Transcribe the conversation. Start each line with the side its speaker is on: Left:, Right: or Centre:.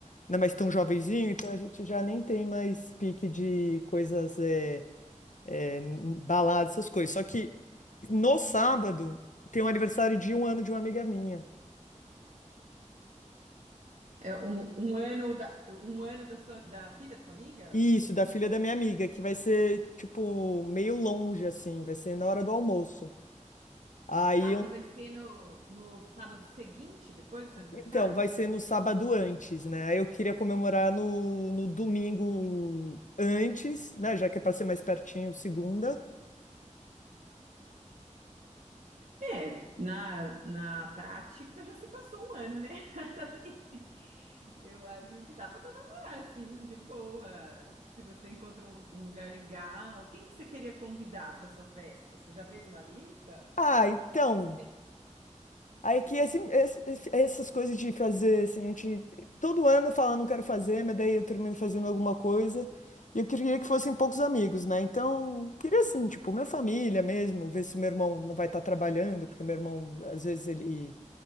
Left: Não é mais tão jovenzinho, então a gente já nem tem mais pique de coisas. eh, é, balada, essas coisas. Só que no sábado tem um aniversário de um ano de uma amiga minha.
Right: É um, um ano da, um ano da sua, da filha da sua amiga?
Left: Isso, da filha da minha amiga, que vai ser, tipo, meio longe, assim, vai ser na hora do almoço. Aí
Right: Ah,
Left: eu.
Right: e vai ser no, no sábado seguinte, depois do seu aniversário?
Left: Então, vai ser no sábado antes, né? Aí eu queria comemorar no, no domingo antes, né? Já que é para ser mais pertinho, segunda.
Right: É, na, na prática já se passou um ano, né? <laughs> Dali. Eu acho que dá para comemorar, assim, de boa. Se você encontra um lu- um lugar legal, quem que você queria convidar para sua festa? Você já fez uma lista?
Left: Ah, então.
Right: O que que você
Left: Aí que esse, esse- esse- essas coisas de fazer, assim, a gente todo ano fala não quero fazer, mas daí eu termino fazendo alguma coisa. E eu queria que fossem poucos amigos, né? Então, queria assim, tipo, minha família mesmo, ver se meu irmão não vai estar trabalhando, porque meu irmão, às vezes, ele